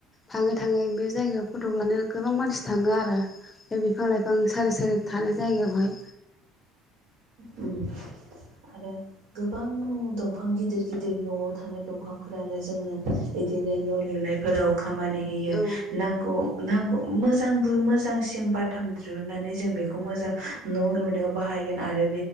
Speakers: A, on the left; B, on the right.
A: थाङै थाङै बे जायगायाव फट'खौ लानो गोबां मानसि थाङो आरो। बे बिफां लाइफां सारि सारि थानाय जायगायावहाय
B: उम। आरो गोबां दंफां गिदिर गिदिर न'आव थानाय दंफांफोरानो जोङो बि दिनो न' लुनायफोराव खामानि होयो।
A: औ
B: नांगौ नांगौ मोजांबो मोजांसिम बाथाम दिहुनानै जों बेखौ मोजां न' लुनायाव बाहाय गोन आरो बे